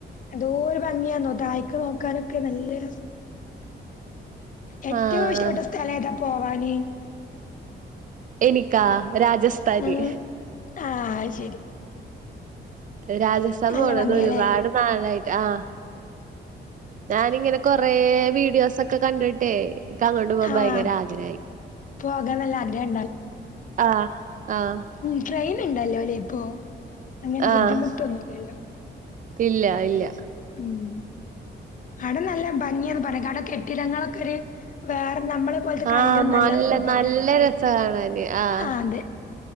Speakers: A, on the left; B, on the right.
A: എന്തോരു ഭംഗ്യാന്നോ തായെക്ക് നോക്കാനൊക്കെ നല്ലരസ ഏറ്റോം
B: ആഹ്
A: ഇഷ്ട്ട പ്പെട്ട സ്ഥലേതാ പോവാന്
B: എനിക്കാ രാജസ്ഥാന്
A: ഉം ആഹ് ശരി
B: രാജസ്ഥാൻ
A: നല്ല
B: പോണോ
A: ഭംഗിയാല്ലേ
B: ന്ന് ഒരുപാട് നാളായിട്ട് ആഹ് ഞാനിങ്ങനെ കൊറേ വീഡിയോസ് ഒക്കെ കണ്ടിട്ടേ ഇക്ക് അങ്ങോട്ട് പോകാ ൻ
A: ആഹ്
B: ഭയങ്കര ആഗ്രാ യി
A: പോകാൻ നല്ല ആഗ്രഹം
B: ആഹ ആഹ
A: ഉ ട്രെയിൻ ഉണ്ടല്ലോ അല്ല്യേ ഇപ്പൊ അങ്ങനെ
B: ആഹ്
A: ബുദ്ധിമുട്ടൊന്നുഇ ല്ല്യ ല്ലോ
B: ഇല്ല ഇല്ല
A: ഉം അവിട നല്ല ഭംഗിയന്ന് പറയാ അട കെട്ടിടങ്ങളൊക്കെ ഒരു വേറെ നമ്മളെ പോലത്തെ
B: ആഹ്
A: കല്ല്ന്നുംല്ലന്നൊക്കെ
B: നല്ല
A: പറയ
B: നല്ല രസ കാണാന് ആഹ്
A: ആ അതെ